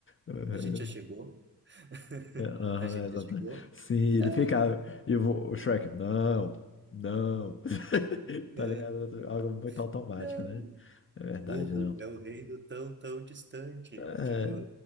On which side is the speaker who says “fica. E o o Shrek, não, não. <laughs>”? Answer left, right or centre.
Left